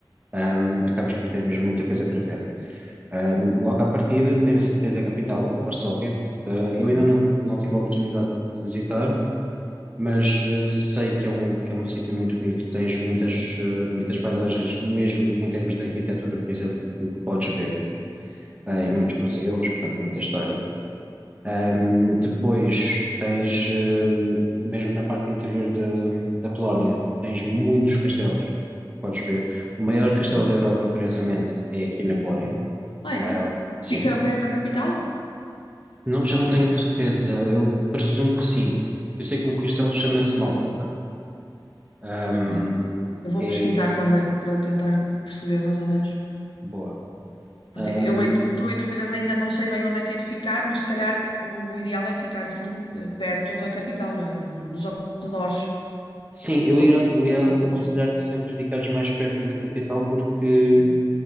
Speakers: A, on the right (about 15°); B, on the left (about 80°).
A: ahm, acabas por ter mesmo muita coisa para ver. Ahm, logo à partida tens, tens a capital, Varsóvia. Ah, eu ainda
B: Oh,
A: não, não tive a oportunidade de visitar, mas eh, sei que é um, que é um sítio muito bonito, tens muitas, eh, muitas paisagens, mesmo em termos de arquitetura, por exemplo, que, que podes ver, ah,
B: sim.
A: e muitos museus, portanto, muita história. Ahm, depois tens, ahm, mesmo na parte interior de- da Polónia, tens muitos castelos, podes ver. O maior castelo
B: Boa.
A: da Europa, curiosamente, é aqui na Polónia.
B: Ah,
A: Ah,
B: é?
A: sim.
B: Fica perto da capital?
A: Não- já não tenho a certeza, eu presumo que sim. Eu sei que o castelo chama-se Malbrück. Ahm,
B: Ok. Eu vou
A: é
B: pesquisar também para tentar perceber mais ou menos.
A: boa.
B: Porque
A: Ahm,
B: eu eh, como estou em dúvidas, ainda não sei bem onde é que hei de ficar, mas se calhar o ideal é ficar assim eh, perto da capital, não é? Ou no- nos arredores,
A: sim, eu
B: para
A: ia,
B: poder.
A: eu ia
B: Não
A: aconselhar-te
B: mais
A: sempre ficares mais perto da capital porque
B: ok.